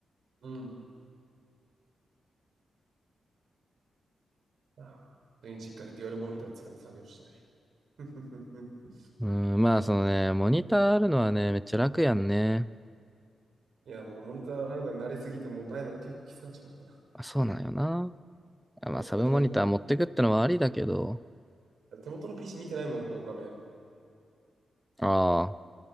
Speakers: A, on the right; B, in the centre.
A: うん。ああ普通に実家でデュアルモニター使って作業したい。<laughs>
B: うん、まあそのね、モニターあるのはね、めっちゃ楽やんね。
A: いや、もうモニターあるのに慣れすぎて、もうないのが結構きつくなっちまった。
B: あ、そうなんよな。あまあサブモニター持ってくってのはありだけど、
A: そう。だってもう、手元の PC 見てないもん、もう画面。
B: ああ、